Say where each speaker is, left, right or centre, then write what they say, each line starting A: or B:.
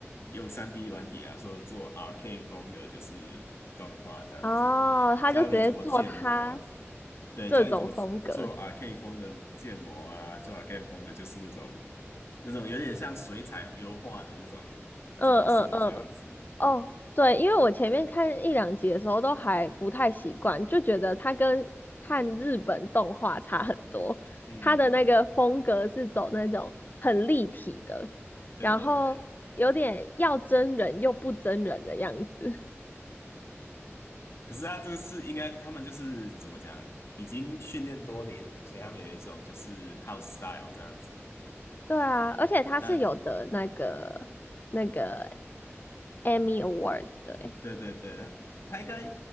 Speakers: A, on the left; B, on the left.
A: 用 3D 软体啊，说做 Arcane 风的，就是动画这样子，
B: 哦，他就直接做他
A: 教你怎么建模，对，
B: 这种风格，
A: 教你怎么做 Arcane 风的建模啊，做 Arcane 风的就是那种那种有点像水彩油画的那种
B: 嗯嗯嗯。
A: 着色这样子。
B: 哦，对，因为我前面看一两集的时候都还不太习惯，就觉得它跟看日本动画差很多。
A: 嗯嗯嗯，
B: 它的那个风格是走那种很立体的，
A: 对对对。
B: 然后有点要真人又不真人的样子。
A: 可是他这个是应该，他们就是怎么讲，已经训练多年了，所以他们有一种就是 house style 这样子。
B: 对啊，而且它是有的那个那个
A: 那
B: Emmy Awards 的诶。
A: 对对对，他他应该